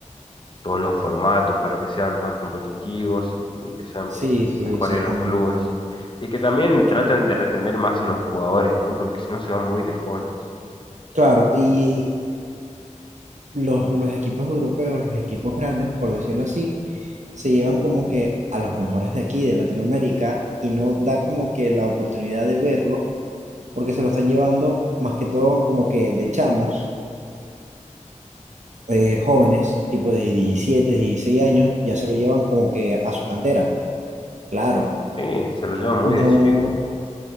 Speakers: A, on the left (about 40°); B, on the right (about 65°).
A: todos los formatos para que sean más competitivos y, y que sean
B: sí, sí,
A: mejores
B: exactamente,
A: los clubes.
B: sí.
A: Y que también
B: Porque
A: traten de retener más a los jugadores, ¿no? Porque si no se van muy de jóvenes.
B: Claro, y los, los equipos europeos, los equipos grandes, por decirlo así, se llevan como que a los mejores de aquí, de Latinoamérica, y no da como que la oportunidad de verlo, porque se lo están llevando más que todo como que de chamos, eh, jóvenes, tipo de 17 16 años, ya se lo llevan como que a su cantera. Claro,
A: Sí, se los llevan muy
B: no,
A: de chicos.